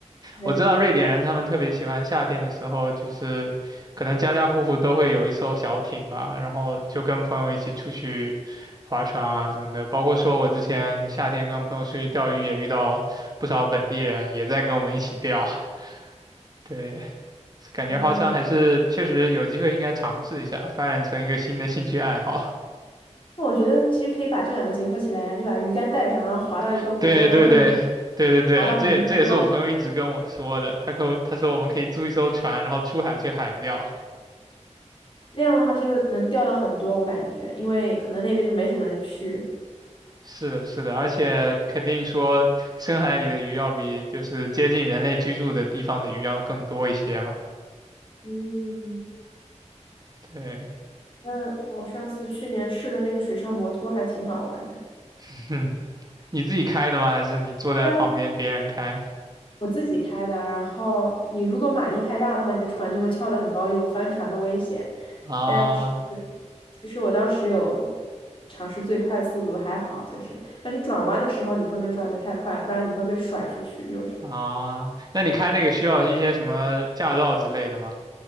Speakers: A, on the left; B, on the right.
A: 对，
B: 我知道瑞典人他们特别喜欢夏天的时候，就是可能家家户户都会有一艘小艇吧，然后就跟朋友一起出去划船啊什么的。包括说我之前夏天跟朋友出去钓鱼，也遇到不少本地人也在跟我们一起钓。<laughs> 对，感觉划船还是确实有机会应该尝试一下，
A: 嗯，
B: 发展成一个新的兴趣爱好。
A: 那我觉得其实可以把这两个结合起来啊，你把鱼竿带上，然后滑到一个湖中央或者
B: <laughs> 对对对对对对，
A: 滑到湖泊。
B: 这也这也是我朋友一直跟我说的，他可他说我们可以租一艘船，然后出海去海钓。
A: 那样的话就是能钓到很多，我感觉，因为可能那边就没什么人去。
B: 是的，是的，而且肯定说深海里的鱼要比就是接近人类居住的地方的鱼要更多一些嘛。
A: 嗯，
B: 对，
A: 那我上次去年试的那个水上摩托还挺好玩的，
B: <laughs> 哼你自己开的吗？还是你坐在旁边别人开？
A: 对啊，我自己开的，然后你如果马力太大的话，你的船就会翘得很高，有翻船的危险。
B: 啊
A: 但是其实我当时有尝试最快速度，还好，就是那你转弯的时候，你不能转得太快，不然你会被甩出去。就是
B: 啊，那你开那个需要一些什么驾照之类的吗？